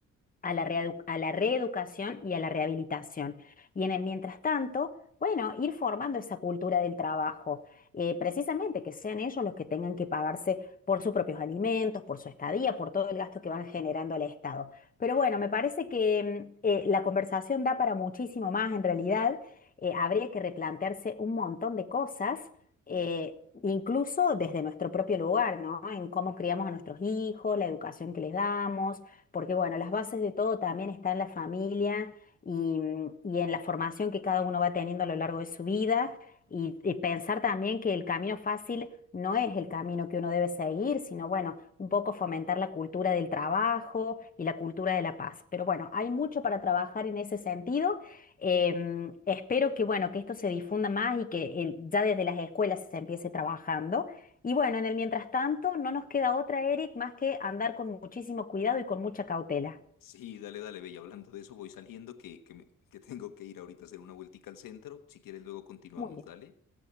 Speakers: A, on the left; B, on the left.
A: a la reedu- a la reeducación y a la rehabilitación. Y en el mientras tanto, bueno, ir formando esa cultura del trabajo, eh, precisamente que sean ellos los que tengan que pagarse por sus propios alimentos, por su estadía, por todo el gasto que van generando al Estado. Pero bueno, me parece que mm, eh, la conversación da para muchísimo más en realidad. Eh, habría que replantearse un montón de cosas. eh, Incluso desde nuestro propio lugar, ¿no? En cómo criamos a nuestros hijos, la educación que les damos, porque bueno, las bases de todo también está en la familia y, y en la formación que cada uno va teniendo a lo largo de su vida y, y pensar también que el camino fácil no es el camino que uno debe seguir, sino bueno, un poco fomentar la cultura del trabajo y la cultura de la paz. Pero bueno, hay mucho para trabajar en ese sentido. Em, espero que bueno, que esto se difunda más y que el- ya desde las escuelas se empiece trabajando. Y bueno, en el mientras tanto, no nos queda otra, Eric, más que andar con muchísimo cuidado y con mucha cautela.
B: Sí, dale, dale, Bella. Hablando de eso, voy saliendo, que, que, me- que tengo que ir ahorita a hacer una vueltica al centro. Si quieres, luego continuamos,
A: Muy bien.
B: dale.